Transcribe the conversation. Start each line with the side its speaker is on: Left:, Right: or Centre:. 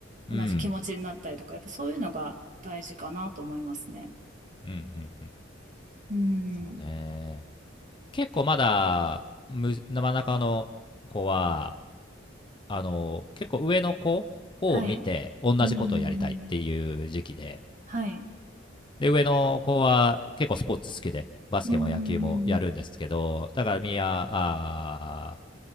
Right: 同じ気持ちになったりとか、
Left: う。うん。
Right: やっぱそういうのが大事かなと思いますね。
Left: うん、うん、うん、うん。
Right: うん。
Left: そうね。結構まだ、む真ん中の子は、あの、結構上の子を見て、
Right: はい。
Left: 同じことをやりたいっていう時期で、
Right: うん。はい。
Left: で、上の子は結構スポーツ好きで、バスケも野球もやるんですけど、
Right: うーん。
Left: だからみや、あ